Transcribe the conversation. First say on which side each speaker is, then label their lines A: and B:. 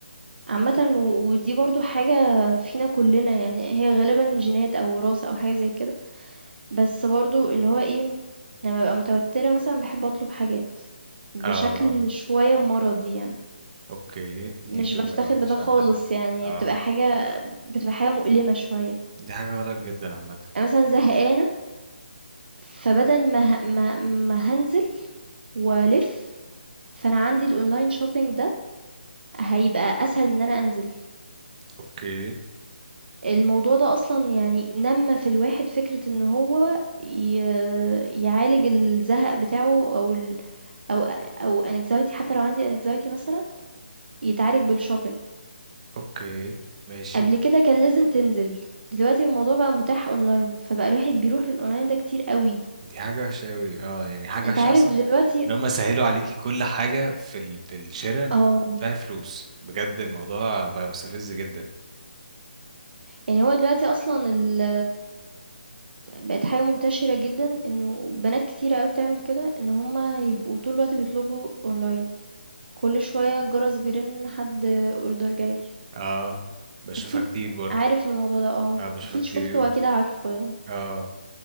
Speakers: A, on the right; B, on the right.
A: عامة و- ودي برضو حاجة فينا كلنا يعني هي غالبا جينات أو وراثة أو حاجة زي كده بس برضو اللي هو ايه لما ببقى متوترة مثلا بحب أطلب حاجات بشكل
B: اه
A: شوية مرضي يعني
B: اوكي دي
A: مش
B: بتبقى
A: بفتخر
B: وحشة
A: بده خالص
B: عامة
A: يعني
B: اه
A: هي بتبقى حاجة بتبقى حاجة مؤلمة شوية
B: دي حاجة غلط جدا عامة
A: أنا مثلا زهقانة فبدل ما ه... ما... ما هنزل وألف فأنا عندي الأونلاين شوبينج ده هيبقى أسهل من إن أنا أنزل
B: اوكي
A: الموضوع ده أصلًا يعني نمّى في الواحد فكرة إن هو ي يعالج الزهق بتاعه أو ال أو أو anxiety حتى لو عندي anxiety مثلًا، يتعالج بالshopping.
B: اوكي ماشي
A: قبل كده كان لازم تنزل، دلوقتي الموضوع بقى متاح online، فبقى الواحد بيروح للonline ده كتير أوي.
B: دي حاجة وحشة أوي اه يعني حاجة
A: أنت
B: وحشة
A: عارف
B: أصلا
A: دلوقتي
B: إن هما سهلوا عليكي كل حاجة في ال... في الشراء إن
A: آه.
B: أنت تدفعي فلوس بجد الموضوع بقى مستفز جدا
A: يعني هو دلوقتي أصلًا ال بقت حاجة منتشرة جدًا إنه بنات كتيرة أوي بتعمل كده، إن هم يبقوا طول الوقت بيطلبوا online. كل شوية الجرس بيرن حد اوردر جاي
B: اه بشوفها
A: اكيد
B: كتير برضه
A: عارف الموضوع ده اه
B: اه بشوفها
A: اكيد
B: كتير
A: شفته
B: أوي
A: واكيد عارفه يعني
B: اه